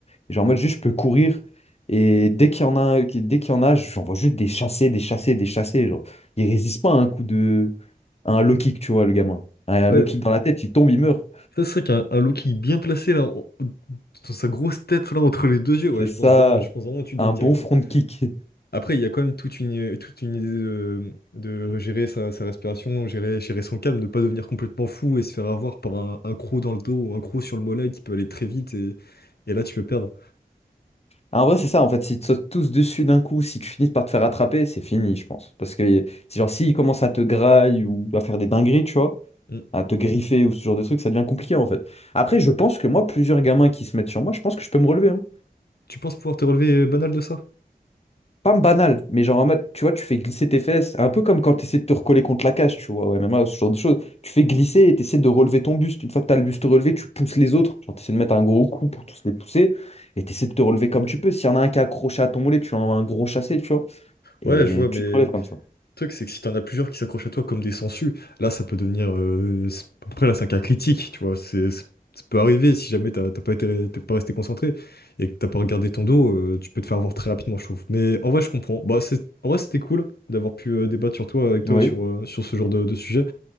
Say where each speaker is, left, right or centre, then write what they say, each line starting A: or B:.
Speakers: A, on the left; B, on the left.
A: Et genre, en mode, juste, je peux courir. Et dès qu'il y en a, un- qui- dès qu'il y en a, j'en vois juste des chassés, des chassés, des chassés. Genre, il résiste pas à un coup de. à un low kick, tu vois, le gamin. À Un
B: ouais.
A: low kick dans la tête, il tombe, il meurt.
B: Ça serait qu'un un Loki bien placé là, en- dans sa grosse tête là entre les deux yeux, ouais,
A: C'est
B: je
A: ça,
B: pense vraiment, je pense vraiment que tu gagnes
A: un
B: directement.
A: bon front kick.
B: Après, il y a quand même toute une, toute une idée de, de gérer sa, sa respiration, gérer, gérer son calme, ne pas devenir complètement fou et se faire avoir par un, un croc dans le dos ou un croc sur le mollet qui peut aller très vite et, et là tu peux perdre.
A: Ah, En vrai, c'est ça, en fait. S'ils te sautent tous dessus d'un coup, si tu finis par te faire attraper, c'est fini, je pense. Parce que, c'est genre, s'ils commencent à te grailler ou à faire des dingueries, tu vois,
B: Mm.
A: à te griffer ou ce genre de truc, ça devient compliqué, en fait. Après, je pense que moi, plusieurs gamins qui se mettent sur moi, je pense que je peux me relever. hein.
B: Tu penses pouvoir te relever euh, banal de ça?
A: pas banal, mais genre en mode, tu vois, tu fais glisser tes fesses, un peu comme quand tu essaies de te recoller contre la cage, tu vois, au MMA, ce genre de choses. Tu fais glisser et tu essaies de relever ton buste. Une fois que tu as le buste relevé, tu pousses les autres. Genre, tu essaies de mettre un gros coup pour tous les pousser et tu essaies de te relever comme tu peux. S'il y en a un qui est accroché à ton mollet, tu envoies un gros chassé, tu vois, et
B: Ouais, je vois, mais.
A: tu
B: Le
A: te relèves comme ça.
B: truc, c'est que si t'en as plusieurs qui s'accrochent à toi comme des sangsues, là, ça peut devenir. euh, c'est- Après, là, c'est un cas critique, tu vois. C'est, c'est- ça peut arriver si jamais t'as t'as pas été, t'es pas resté concentré et que t'as pas regardé ton dos, euh, tu peux te faire avoir très rapidement, je trouve. Mais en vrai, je comprends. Bah, c'est, en vrai, c'était cool d'avoir pu euh, débattre sur toi, avec toi,
A: Oui,
B: sur, euh, sur ce genre de, de sujet